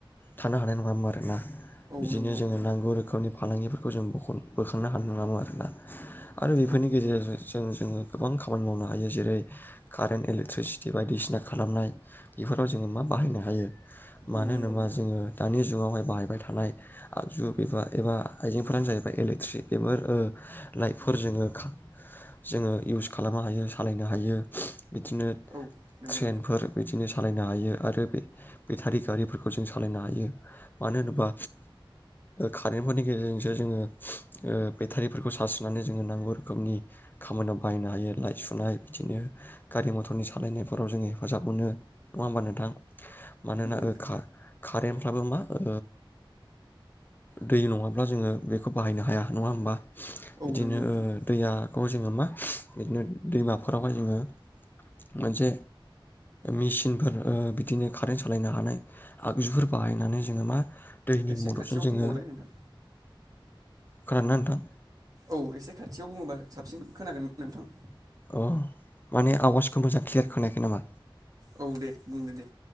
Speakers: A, on the left (about 20°); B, on the right (about 40°).
A: थानो हानाय नङामोन। दा <unintelligible>
B: औ
A: बिदिनो
B: नंगौ
A: जोंङो
B: नोंथां
A: नांगौ रोखोमनि फालांगि बे खौ जों ब बोखांनो हानाय नामो आरोना आरो बेफोरनि
B: औ नंगौ
A: गेजेरजों
B: नोंथां
A: जों जोङो गोबां खामानि मावनो हायो जेरै कारेन्ट इलेक्ट्रिसिटि बायदिसिना खालामनाय बेफोराव जोङो मा बाहायनो हायो
B: औ
A: मानो
B: नंगौ
A: होनोबा
B: नोंथां
A: जोङो दानि जुगावहाय बाहायबाय थानाय आगजु एबा एबा आइजेंफोरानो जाहैबाय इलेक्ट्रिक बेफोर लाइटफोर जोङो जोङो इउस खालामनो हायो सालायनो हायो बिदिनो
B: औ नंगौ
A: ट्रेनफोर बिदिनो सालायनो नो हायो आरो बे बेटारि गारिफोरखौ जों सालायनो हायो मानो होनोबा कारेन्टफोरनि गेजेरजोंसो जोङो ओ बेटारिफोरखौ सार्च होनानै जोङो नांगौ रोखोमनि खामानियाव बाहायनो हायो लाइट सुनाय बिदिनो गारि मथरनि सालायनायफोराव जोङो हेफाजाब मोनो नङा होमबा नोंथां मानोनाओ
B: नोंथां
A: का कारेन्ट हाबा मा ओ दै नङाब्ला जोङो बेखौ बाहायनो हाया नङा होमबा
B: औ
A: बिदिनो
B: नंगौ नोंथां
A: ओ दैया औ जोङो मा बिदिनो दैमाफोरावहाय जोङो मोनसे मिसिनफोर ओ बिदिनो कारेन्ट सालायनो हानाय आगजुफोर बाहायनानै जोङो मा दैनि
B: एसे
A: मददजों
B: खाथियाव
A: जोङो
B: बुंबावलाय नोंथां
A: खोनादोंना नोंथां?
B: औ एसे खाथियाव बुङोबा साबसिन खोनागोन नोंथां।
A: अ माने आवाजखौ मोजां क्लियार खोनायाखै नामा?
B: औ दे बुंदो दे।